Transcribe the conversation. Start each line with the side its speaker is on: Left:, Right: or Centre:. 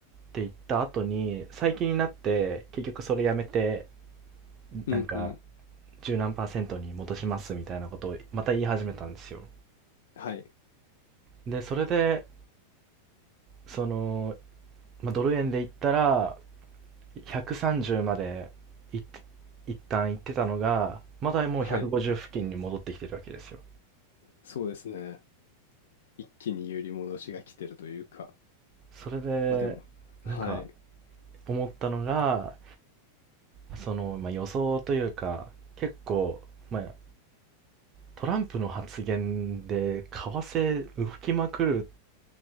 Right: て言った後に、最近になって、結局それやめて、
Left: うんうん。
Right: なんか、十何パーセントに戻しますみたいなことをまた言い始めたんですよ
Left: はい。
Right: でそれでその、まあ、ドル円で言ったら130までいっ一旦行ってたのがまだもう150付近に戻ってきてるわけですよ
Left: はい。そうですね。一気に揺り戻しが来てるというか、
Right: それでなんか
Left: まあでも、はい。
Right: 思ったのがその、まあ、予想というか結構、まあ、トランプの発言で為替動きまくる